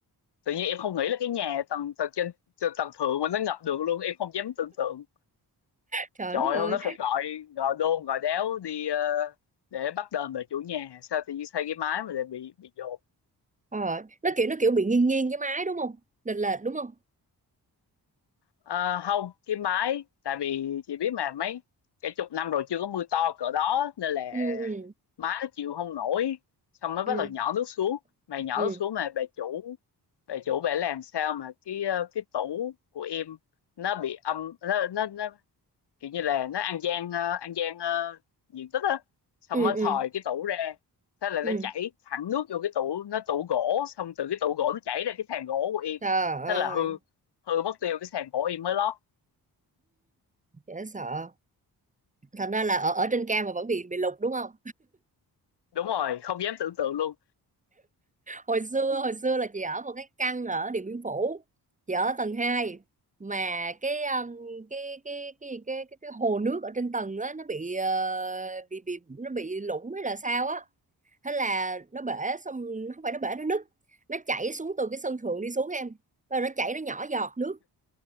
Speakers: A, on the left (about 90°); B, on the right (about 20°).
A: tự nhiên em không nghĩ là cái nhà tầng tầng trên tầng thượng mà nó ngập được luôn em không dám tưởng tượng
B: trời
A: trời
B: đất
A: ơi,
B: ơi
A: hôm đó phải gọi gọi đôn gọi đéo đi ờ, để bắt đền về chủ nhà sao tự nhiên xây cái mái mà lại bị bị dột
B: Ờ, nó kiểu nó kiểu bị nghiêng nghiêng cái máy đúng không lệch lệch đúng không
A: Ờ, không cái mái tại vì chị biết mà mấy cả chục năm rồi chưa có mưa to cỡ đó nên là
B: ừ ừ
A: mái nó chịu không nổi xong nó
B: ừ
A: bắt đầu nhỏ nước xuống mà nhỏ
B: ừ
A: nước xuống mà bà chủ bà chủ bà làm sao mà cái ờ, cái tủ của em nó bị âm nó nó nó kiểu như là nó ăn gian ờ, ăn gian ờ, diện tích á xong
B: ừ
A: nó
B: ừ
A: thòi cái tủ ra thế là
B: ừ.
A: nó chảy thẳng nước vô cái tủ nó tủ gỗ xong từ cái tủ gỗ nó chảy ra cái sàn gỗ của em
B: trời ơi
A: thế là hư hư mất tiêu cái sàn gỗ em mới lót
B: dễ sợ thành ra là ở ở trên cao mà vẫn bị bị lụt đúng không
A: đúng rồi không dám tưởng tượng luôn
B: hồi xưa hồi xưa là chị ở một cái căn ở Điện Biên Phủ chị ở tầng hai mà cái um, cái cái cái gì cái cái, cái hồ nước ở trên tầng á nó bị ờ, bị bị nó bị lũng hay là sao á thế là nó bể xong không phải nó bể nó nứt nó chảy xuống từ cái sân thượng đi xuống em rồi nó chảy nó nhỏ giọt nước